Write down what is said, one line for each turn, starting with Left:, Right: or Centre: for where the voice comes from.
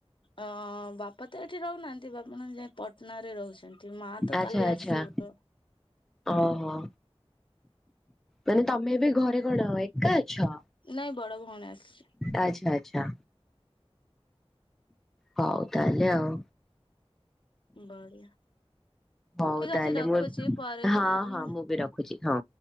Left: ଅଁ--ବାପା ତ ଏଠି ରହୁନାହାନ୍ତି ବାପା ଯାଇଁ ପଟନା ରେ ରହୁଛନ୍ତି। ମା ତ
Centre: ଆଚ୍ଛା
Left: କାଲି
Centre: ଆଚ୍ଛା
Left: ଆସିବ।
Centre: ଓହୋ। ମାନେ ତମେ ଏବେ ଘରେ କଣ ଏକା ଅଛ।
Left: ନାଇଁ ବଡ ଭଉଣୀ ଆସିଛି।
Centre: ଆଚ୍ଛା ଆଚ୍ଛା। ହଉ ତାହେଲେ ଆଉ।
Left: ବଢିଆ
Centre: ହଉ
Left: ଠିକ୍
Centre: ତାହେଲେ
Left: ଅଛି ରଖୁଛି
Centre: ମୁଁ
Left: ପରେ
Centre: ହଁ
Left: କରିବି।
Centre: ହଁ ମୁଁ ବି ରଖୁଛି ହଁ।